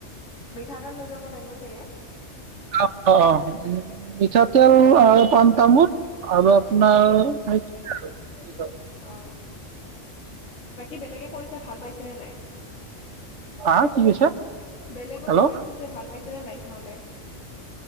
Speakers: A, on the left; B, on the right.
A: মিঠাতেল লৈ যাব লাগিব চাগে?
B: অ অ অ মিঠাতেল আৰু পাণ তামোল। আৰু আপোনাৰ
A: অ
B: সেইটো আৰু
A: অ বাকী বেলেগে কৰিছে ভাল পাইছে নে নাই?
B: হা কি কৈছা
A: বেলেগক
B: হেল্ল'
A: কৰি দিছে যে ভাল পাইছেনে নাই সিহঁতে?